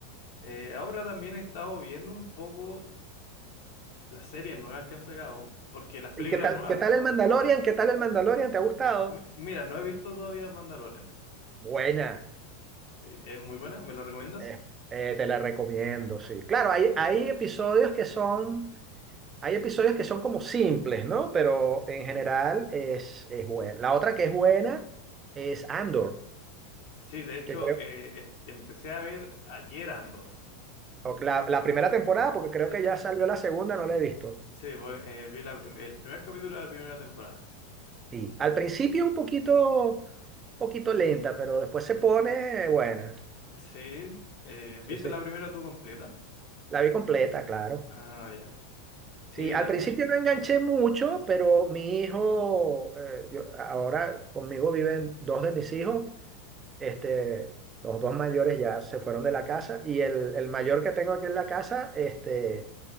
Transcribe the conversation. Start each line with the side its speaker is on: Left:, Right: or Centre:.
Left: Eh, ahora también he estado viendo un poco las series nuevas que han sacado, porque las películas
Right: ¿Y qué tal,
Left: nuevas,
Right: qué tal el Mandalorian? ¿Qué tal el Mandalorian? ¿Te ha gustado?
Left: m- mira, no he visto todavía Mandalorian.
Right: Buena.
Left: Sí, es muy buena, ¿me la recomiendas?
Right: Eh, eh, te la recomiendo, sí. Claro, hay, hay episodios que son Hay episodios que son como simples, ¿no? Pero en general es, es buena. La otra que es buena es Andor,
Left: Sí, de hecho,
Right: que creo,
Left: eh, es- empecé a ver ayer Andor.
Right: o la, la primera temporada, porque creo
Left: Sí,
Right: que ya salió la segunda, no la he visto.
Left: sí, voy- eh, vi la prim- el primer capítulo de la primera temporada.
Right: Sí, al principio un poquito, poquito lenta, pero después se pone buena.
Left: Sí, eh, ¿viste
Right: Sí, sí.
Left: la primera tú completa?
Right: La vi completa, claro.
Left: Ah, ya. Sí,
Right: Sí, al
Left: también.
Right: principio no enganché mucho, pero mi hijo, eh, yo- ahora conmigo viven dos de mis hijos Este, los dos mayores ya se fueron de la casa y el, el mayor que tengo aquí en la casa, este,